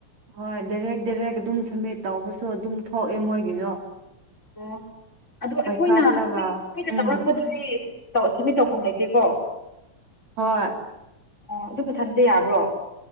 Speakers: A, on the right; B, on the left.
A: ꯍꯣꯏ ꯗꯥꯏꯔꯦꯛ ꯗꯥꯏꯔꯦꯛ ꯑꯗꯨꯝ ꯁꯝꯃꯤꯠ ꯇꯧꯕꯁꯨ ꯑꯗꯨꯝ ꯊꯣꯛꯑꯦ ꯃꯣꯏꯒꯤꯗꯣ
B: ꯑꯣ ꯑꯗꯣ ꯑꯩꯈꯣꯏꯅ
A: ꯄꯥꯏꯈꯠꯂꯒ
B: ꯂꯣꯏ ꯑꯩꯈꯣꯏꯅ
A: ꯎꯝ
B: ꯂꯧꯔꯛꯄꯗꯨꯗꯤ ꯇꯧ ꯑꯣ ꯁꯃꯤꯠ ꯇꯧꯐꯝ ꯂꯩꯇꯦꯀꯣ
A: ꯍꯣꯏ
B: ꯑꯣ ꯑꯗꯨ ꯃꯊꯟꯇ ꯌꯥꯕ꯭ꯔꯣ